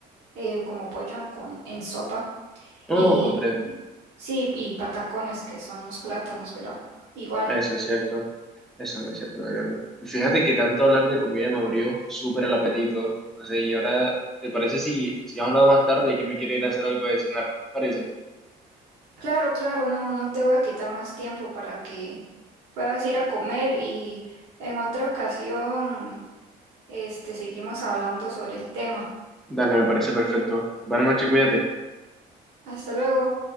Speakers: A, on the right (about 85°); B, in the centre.
A: eh, como pollo con, en sopa
B: No,
A: y
B: comprendo.
A: sí, y patacones que son los plátanos, ¿verdad? Igual.
B: Eso es cierto. Eso no es cierto, Gabriel. Y Fíjate que tanto hablar de comida me abrió súper el apetito. No sé, y ahora, ¿te parece si, si hemos hablado más tarde y que me quiere ir a hacer algo de cenar? ¿Parece?
A: Claro, claro, no, no te voy a quitar más tiempo para que puedas ir a comer y en otra ocasión, este, seguimos hablando sobre el tema.
B: Dale, me parece perfecto. Buenas noches, cuídate.
A: Hasta luego.